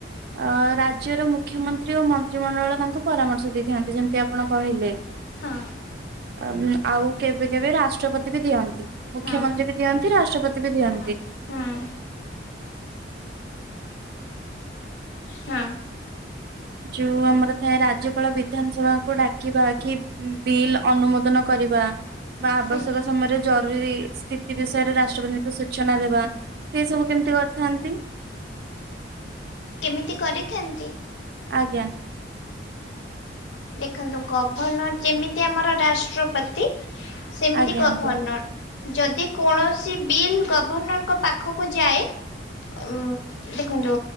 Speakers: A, on the right; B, on the left.
A: ରା ରାଜ୍ୟର ମୁଖ୍ୟମନ୍ତ୍ରୀ ଓ ମନ୍ତ୍ରିମଣ୍ଡଳ ତାଙ୍କୁ ପରାମର୍ଶ ଦେଇଥାନ୍ତି ଯେମିତି ଆପଣ କହିଲେ,
B: ହଁ
A: ଆ, ଆଉ କେବେ କେବେ ରାଷ୍ଟ୍ରପତି ବି ଦିଅନ୍ତି ମୁଖ୍ୟମନ୍ତ୍ରୀ
B: ହଁ
A: ବି ଦିଅନ୍ତି ରାଷ୍ଟ୍ରପତି ବି ଦିଅନ୍ତି।
B: ହଁ ହଁ।
A: ଯୋଉ ଆମର ଥାଏ ରାଜ୍ୟପାଳ ବିଧାନସଭାକୁ ଡାକିବା କି ବିଲ୍ ଅନୁମୋଦନ କରିବା ବା ଆବଶ୍ୟକ
B: ହଁ
A: ସମୟରେ ଜରୁରୀ ସ୍ଥିତି ବିଷୟରେ ରାଷ୍ଟ୍ରପତିଙ୍କୁ ସୂଚନା ଦେବା ସେ ସବୁ କେମିତି କରିଥାନ୍ତି।
B: କେମିତି କରିଥାନ୍ତି।
A: ଆଜ୍ଞା।
B: ଦେଖନ୍ତୁ ଗଭର୍ଣ୍ଣର ଯେମିତି ଆମର ରାଷ୍ଟ୍ରପତି, ସେମିତି
A: ଆଜ୍ଞା
B: କଭର୍ଣଣ
A: ଆଜ୍ଞା।
B: ଯଦି କୌଣସି ବିଲ୍ ଗଭର୍ଣ୍ଣରଙ୍କ ପାଖକୁ ଯାଏ। ଉଁ ଦେଖ କିନ୍ତୁ